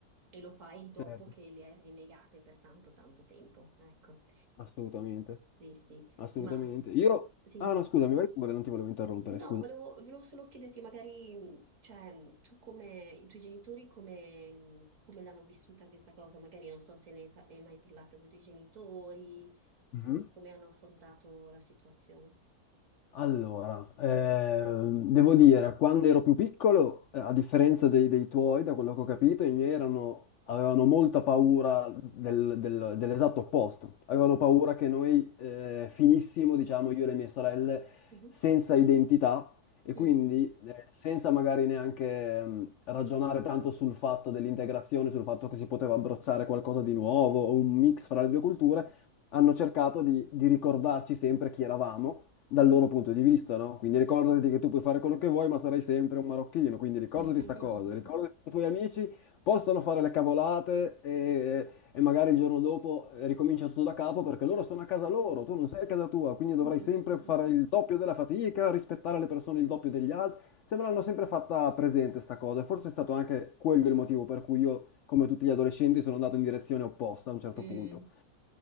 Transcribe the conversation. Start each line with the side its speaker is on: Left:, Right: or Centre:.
Right: e lo fai dopo
Left: Certo.
Right: che le hai rinnegate per tanto, tanto tempo. Ecco,
Left: Assolutamente.
Right: sì, sì,
Left: Assolutamente.
Right: ma
Left: Io...
Right: sì.
Left: Ah no, scusami, vai pure, non ti volevo interrompere,
Right: No,
Left: scusa.
Right: volevo, volevo solo chiederti magari, mh, cioè, mm, tu come, i tuoi genitori come, mm, come l'hanno vissuta questa cosa? Magari non so se ne, par- ne hai mai parlato con i tuoi genitori
Left: Mhm.
Right: o come hanno affrontato la situazione.
Left: Allora, ehm, devo dire, quando ero più piccolo, eh, a differenza dei, dei tuoi, da quello che ho capito, i miei erano- avevano molta paura del- del- dell'esatto opposto. Avevano paura che noi eh, finissimo, diciamo, io e le mie sorelle,
Right: Mhm.
Left: senza identità e
Right: Mm.
Left: quindi eh, senza magari neanche ehm, ragionare tanto sul fatto dell'integrazione, sul fatto che si poteva abbracciare qualcosa di nuovo o un mix fra le due culture, hanno cercato di di ricordarci sempre chi eravamo dal
Right: Mhm.
Left: loro punto di vista, no? Quindi ricordati che tu puoi fare quello che vuoi, ma sarai sempre un marocchino, quindi ricordati
Right: <laughs>
Left: sta cosa, ricordati che i tuoi amici possono fare le cavolate e, e magari il giorno dopo eh, ricomincia tutto da capo perché loro sono a casa loro, tu non sei a casa tua, quindi dovrai
Right: <laughs>
Left: sempre fare il doppio della fatica, rispettare le persone il doppio degli altri. Cioè, me l'hanno sempre fatta presente sta cosa, e forse è stato anche quello il motivo per cui io, come tutti gli adolescenti, sono andato in direzione opposta a un certo
Right: Mm,
Left: punto.